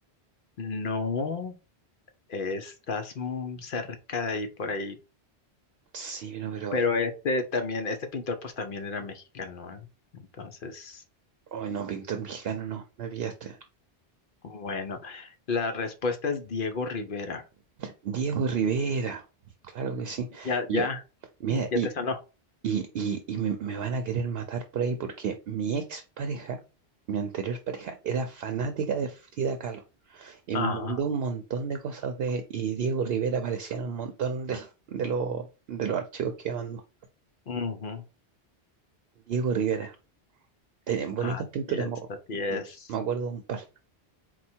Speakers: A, on the left (about 55°); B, on the right (about 65°).
A: no estás muy cerca de ahí por ahí.
B: Sí, no, pero,
A: Pero este también, este pintor pues también era mexicano, ¿eh? Entonces,
B: oh, no, pintor mexicano, no, me pillaste.
A: bueno, la respuesta es Diego Rivera.
B: Diego Rivera, claro que sí.
A: Ya,
B: Yo,
A: ya,
B: mira,
A: ya
B: y
A: te sanó.
B: Y, y- y me, me van a querer matar por ahí porque mi ex pareja, mi anterior pareja, era fanática de Frida Kahlo y
A: Ah,
B: me mandó un montón de cosas de, y Diego Rivera aparecía en un montón de, de, los- de los archivos que me mandó.
A: ujú.
B: Diego Rivera, tenía bonitas
A: Así
B: pinturas,
A: es,
B: me, acu-
A: así es.
B: me acuerdo de un par.